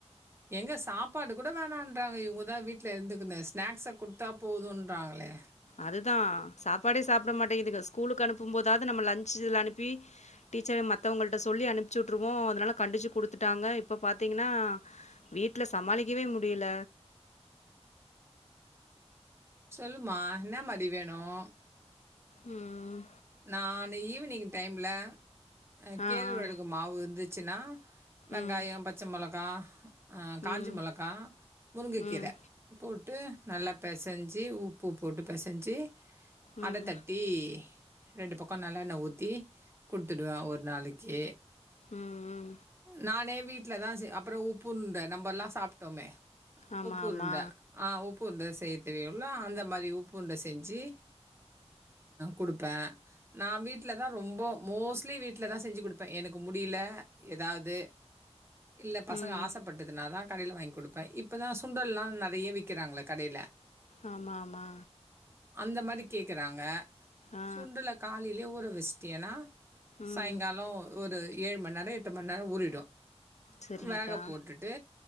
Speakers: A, on the right (about 20°); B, on the left (about 85°).
A: எங்க சாப்பாடு கூட வேணான்றாங்க இவுங்கதான் வீட்ல இருந்துக்குன்னு ஸ்நாக்ஸ குடுத்தா போதுன்றாங்களே
B: அதுதான் சாப்பாடே சாப்பிட மாட்டேங்குதுங்க ஸ்கூலுக்கு அனுப்பும் போதாவது நம்ம லன்சுல அனுப்பி டீச்சர மத்தவங்கள்ட்ட சொல்லி அனுப்பிச்சுட்ருவோம் அதனால கண்டிச்சு குடுத்துட்டாங்க இப்போ பார்த்தீங்கன்னா வீட்ல சமாளிக்கவே முடில
A: சொல்லுமா என்ன மாதி வேணும்
B: ம்
A: நான் ஈவினிங் டைம்ல அ
B: ஆ,
A: கேழ்வழகு
B: ஆ.
A: மாவு இருந்துச்சுனா வெங்காயம்
B: ம்.
A: பச்சை மிளகா காஞ்சி
B: ம்.
A: மிளகா முருங்கக்கீர
B: ம். ம்.
A: போட்டு நல்லா பெசஞ்சு உ பூ போட்டு பசைஞ்சு
B: ம்.
A: அடத்தட்டி ரெண்டு பக்கொ நல்லா எண்ண ஊத்தி கொத்துடுவேன் ஒரு நாளைக்கு
B: ம்ம்
A: நானே வீட்ல தா செ அப்புறம் உப்பு உண்ட நம்ப எல்லா சாப்ட்டோமே
B: ஆமா
A: உப்பு உருண்ட.
B: ஆமா
A: ஆ உப்பு உண்ட செய்ய தெரியும்ல அந்த மாதிரி உப்பு உண்ட செஞ்சு கொடு ப்ப நா வீட்டுல தான் ரொம்ப மோஸ்ட்லி வீட்ல தான் செஞ்சு கொடுப் ப எனக்கு முடியல எதாது இல்ல பசங்க
B: ம்
A: ஆசப்பட்டதுனாதான் கடையில வாங்கி் கொடுப்பேன் இப்பதான் சுண்டல்ல்லாம் நிறைய விக்கிறாங்களே கடையில
B: ஆமா ஆம் மா
A: அந்த மாதி கேக்குறாங்க
B: ஆ
A: சுண்டல காலையிலே ஊர வெச்ட்டியன்னா
B: ம்
A: சாயுங்காலம் ஒரு ஏழு மணி நேரம் எட்டு மணி நேரம் ஊறிடும்
B: சரிங்கக்கா
A: வேக போட்டுட்டு